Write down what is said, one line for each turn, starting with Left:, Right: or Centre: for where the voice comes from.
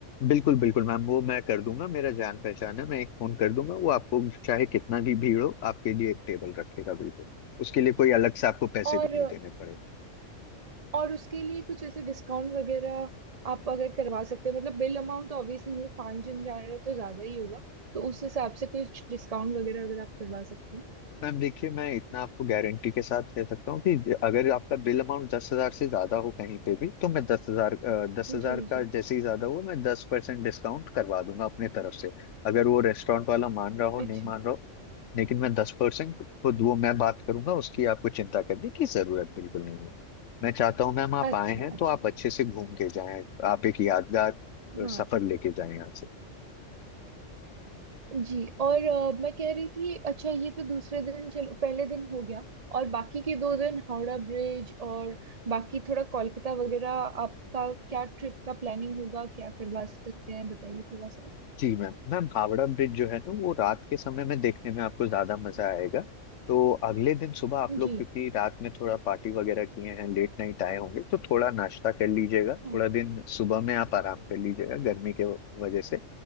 Left: बिल्कुल बिल्कुल मैम वो मैं कर दूंगा मेरा जान पहचान है मैं एक फोन कर दूंगा वो आपको चाहे कितना भी भीड़ हो आपके लिए एक टेबल रखेगा बिल्कुल उसके लिए कोई अलग से आपको पैसे
Right: और
Left: भी नहीं देने पड़ेंगे
Right: और उसके लिए कुछ ऐसे डिस्काउंट वगैरह आप अगर करवा सकते हैं मतलब बिल अमाउंट तो ऑब्वियसली हम लोग पाँच जन जा रहे हैं तो ज़्यादा ही होगा तो उस हिसाब से कुछ डिस्काउंट वगैरह अगर आप करवा सकते
Left: मैम देखिए मैं इतना आपको गारंटी के साथ कह सकता हूँ कि ज- अगर आपका बिल अमाउंट दस हजार से ज्यादा हो कहीं पे भी तो मैं दस हजार दस
Right: हैं
Left: हजार
Right: जी
Left: का
Right: जी
Left: जैसे ही ज्यादा हुआ मैं दस परसेंट डिस्काउंट करवा दूंगा अपने तरफ से अगर वो रेस्टोरेंट वाला मान रहा हो
Right: अच्छा
Left: नहीं मान रहा हो लेकिन मैं दस परसेंट खुद वो मैं बात करूंगा उसकी आपको चिंता करने की जरूरत बिल्कुल नहीं है मैं चाहता हूँ मैम आप
Right: अच्छा
Left: आए हैं
Right: अच्छा
Left: तो आप अच्छे से घूम के जाएं आप एक यादगार अ,
Right: हाँ
Left: सफर लेके जाएं यहाँ से
Right: जी और अ, मैं कह रही थी अच्छा ये तो दूसरे दिन चलो पहले दिन हो गया और बाकी के दो दिन हावड़ा ब्रिज और बाकी थोड़ा कोलकाता वगैरह आपका क्या ट्रिप का प्लानिंग होगा क्या करवा सकते हैं बताइए थोड़ा सा
Left: जी मैम मैम हावड़ा ब्रिज जो है ना वो रात के समय में देखने में आपको ज्यादा मजा आएगा तो अगले दिन सुबह आप लोग
Right: जी
Left: क्योंकि रात में थोड़ा पार्टी वगैरह किए हैं लेट नाइट आए होंगे तो थोड़ा नाश्ता कर लीजिएगा थोड़ा
Right: हाँ
Left: दिन सुबह में आप आराम कर लीजिएगा गर्मी के वजह से